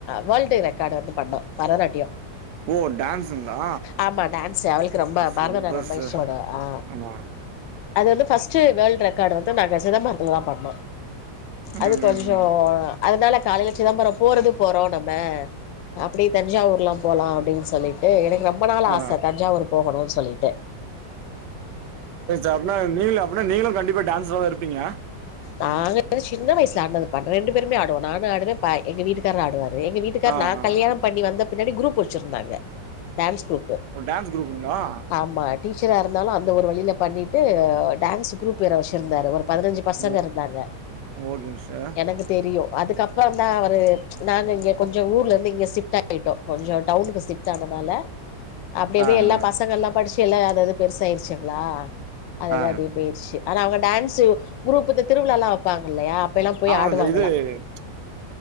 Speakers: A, on the left; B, on the right.
A: வேர்ல்டு ரெக்கார்டு வந்து பண்ணோ பரதநாட்டியம்
B: ஓ டான்ஸுங்களா
A: ஆமா டான்ஸ் அவளுக்கு ரொம்ப
B: சூப்பர்
A: பரதனா நம்ப
B: சார்
A: இஷ்டோ அ
B: ஆமா
A: அது வந்து பஃர்ஸ்டு வேர்ல்ட் ரெக்கார்டு வந்து நாங்க சிதம்பரதுல தா பண்ணோ
B: ம்
A: அது
B: ம்
A: கொஞ்சோ
B: ம்
A: அதனால காலைல சிதம்பரம் போறது போறோ நம்ம அப்டி தஞ்சாவூர்லா போலா அப்டின்னு சொல்லிட்டு எனக்கு ரொம்ப நாள்
B: ஆ
A: ஆச தஞ்சாவூர் போகணு சொல்லிட்டு
B: செரி சா அப்பனா நீங்களு அப்பனா நீங்களு கண்டிப்பா டான்ஸ்ரதா இருப்பீங்க அ
A: நாங்க சின்ன வயசுல ஆட்னதுப்பா ரெண்டு பேருமே ஆடுவோ நானு ஆடுவே பா எங்க வீட்டுக்காரு ஆடுவாரு எங்க வீட்டுக்காரரு
B: ஆ
A: நா
B: ஆ
A: கல்யாண
B: ஆ.
A: பண்ணி வந்த பின்னாடி குரூப் வச்சிருந்தாங்க டான்ஸ் குரூப்பு
B: ஓ டான்ஸ் குரூப்புங்களா
A: ஆமா டீச்சரா இருந்தாலு அந்த ஒரு வழில பண்ணிட்டு டான்ஸ் குரூப் வேற வச்சுர்ந்தாரு ஒரு பதினெஞ் சு பசங்க
B: ஓ
A: இருந்தாங்க
B: ஓகேங்க சார்
A: எனக்கு தெரியு அதுக்கப் பறோந்தா அவரு நாங்க இங்க கொஞ்சோ ஊர்ல இருந்து இங்க ஷிஃப்ட் ஆயிட்டோ கொஞ்சோ டவுனுக்கு ஷிஃப்ட் ஆனனால அப்டி அப்டியே
B: ஆ
A: எல்லா
B: ஆ
A: பசங்கள் எல்லா படிச்சு எல்லா அத அது பெருசாயிருச்சுங்ளா அதது
B: ஆ
A: அப்டியே பேய்ருச்சு ஆனா அவங்க டான்சு குரூப்புக்கு திருவிழாலா வப்பாங்க இல்லையா அப்பெல்லா போய்
B: ஆமாமா
A: ஆடுவாங்களா
B: இது ச்